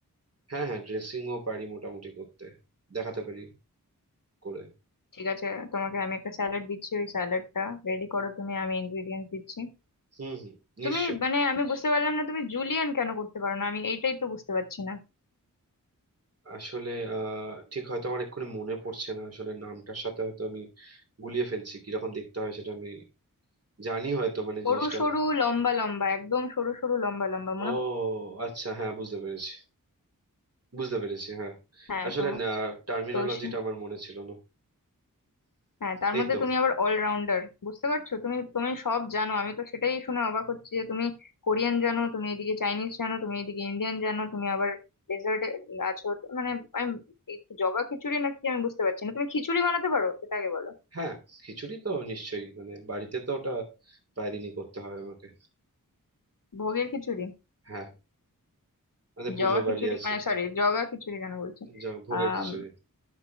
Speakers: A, on the right; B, on the left.
A: হ্যাঁ হ্যাঁ ড্রেসিংও পারি মোটামুটি করতে দেখাতে পারি করে
B: ঠিক আছে তোমাকে আমি একটা স্যালাড দিচ্ছি ওই স্যালাডটা রেডি করো তুমি আমি ইনগ্রিডিয়েন্টস দিচ্ছি
A: হুম হুম নিশ্চয়ই
B: তুমি মানে আমি বুঝতে পারলাম না তুমি জুলিয়ান কেন করতে পারো না আমি এইটাই তো বুঝতে পারছি না
A: আসলে আহ ঠিক হয়তো আমার এক্ষুনি মনে পড়ছে না আসলে নামটার সাথে হয়তো আমি গুলিয়ে ফেলছি কিরকম দেখতে হয় সেটা আমি জানি হয়তো মানে
B: সরু
A: জিনিসটা
B: সরু লম্বা লম্বা একদম সরু সরু লম্বা লম্বা মনে
A: ও
B: পড়-
A: আচ্ছা হ্যাঁ বুঝতে পেরেছি বুঝতে পেরেছি হ্যাঁ
B: হ্যাঁ
A: আসলে
B: তো
A: টার্মিনোলজিটা
B: তো সে-
A: আমার মনে ছিল না
B: হ্যাঁ তার
A: এই
B: মধ্যে
A: তো
B: তুমি আবার অলরাউন্ডার বুঝতে পারছো তুমি তুমি সব জানো আমি তো সেটাই শুনে অবাক হচ্ছি যে তুমি কোরিয়ান জানো তুমি এদিকে চাইনিজ জানো তুমি এদিকে ইন্ডিয়ান জানো তুমি আবার ডেজার্টে আছো তো মানে আমি এই জগা খিচুড়ি নাকি আমি বুঝতে পারছি না তুমি খিচুড়ি বানাতে পারো সেটা আগে বলো
A: হ্যাঁ খিচুড়ি তো নিশ্চয়ই মানে বাড়িতে তো ওটা প্রায় দিনই করতে হয় আমাকে
B: ভোগের খিচুড়ি
A: হ্যাঁ আমাদের পুজো
B: জগা খিচুড়ি
A: বাড়ি আছে
B: মানে সরি জগা খিচুড়ি কেন বলছি
A: জ- ভোগের
B: আহ
A: খিচুড়ি